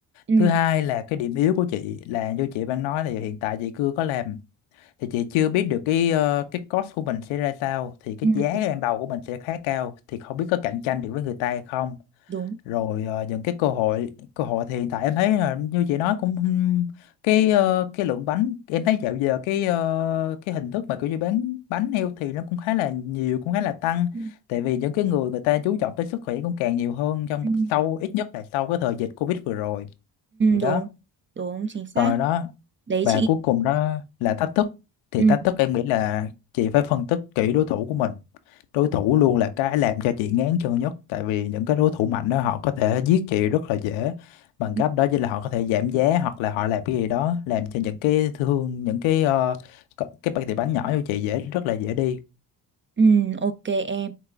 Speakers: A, on the right; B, on the left.
A: ừ
B: Thứ hai là cái điểm yếu của chị là như chị đang nói thì hiện tại chị chưa có làm thì chị chưa biết được cái ờ, cái cost của mình sẽ ra sao thì cái
A: ừ,
B: giá ban đầu của mình sẽ khá cao thì không biết có cạnh tranh được với người ta hay không
A: đúng
B: rồi ờ, những cái cơ hội cơ hội thì hiện tại em thấy là như chị nói cũng ừm, cái ờ, cái lượng bánh em thấy dạo giờ cái ờ, cái hình thức mà kiểu như bán bánh heo thì nó cũng khá là nhiều cũng khá là tăng
A: ừ,
B: tại vì những cái người người ta chú trọng tới sức khỏe cũng càng nhiều hơn trong
A: ừ,
B: sau ít nhất là sau cái thời dịch Covid vừa rồi thì đó
A: đúng đúng chính xác
B: còn đó
A: đấy
B: và
A: chị
B: cuối cùng đó là thách thức thì
A: Ừ,
B: thách thức em nghĩ là chị phải phân tích kỹ đối thủ của mình đối thủ luôn là cái làm cho chị ngán chân nhất tại vì những cái đối thủ mạnh đó họ có thể giết chị rất là dễ bằng
A: ừ,
B: cách đó chỉ là họ có thể giảm giá hoặc là họ làm cái gì đó làm cho những cái thương những cái ờ, co- cái bánh- tiệm bánh nhỏ cho chị dễ rất là dễ đi
A: ừ, ok em,